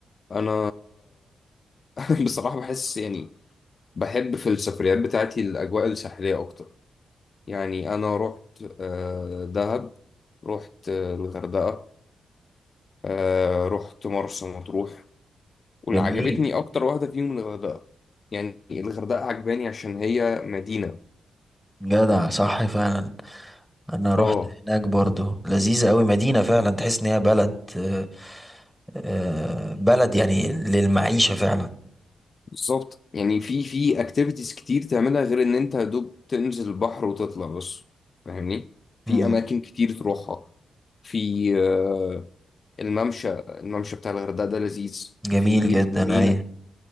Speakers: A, on the left; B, in the centre.
A: انا <laughs> بصراحة بحس يعني بحب في السفريات بتاعتي الاجواء الساحلية اكتر يعني أنا رحت آه، دهب رحت آه، الغردقة آه، رحت مرسى مطروح واللي
B: جميل
A: عجبتني أكتر واحدة فيهم الغردقة يعني الغردقة عجباني عشان هي مدينة
B: جدع صح فعلا انا رحت
A: اه
B: هناك برضو لذيذة قوي مدينة فعلا تحس ان هي بلد آه، آه، بلد يعني للمعيشة فعلا
A: بالظبط يعني في في اكتيفيتيز كتير تعملها غير ان انت يا دوب تنزل البحر وتطلع بس فاهمني في
B: مم.
A: اماكن كتير تروحها في آه، الممشى الممشى بتاع الغردقة ده لذيذ
B: جميل
A: في
B: جدا
A: المينا
B: اي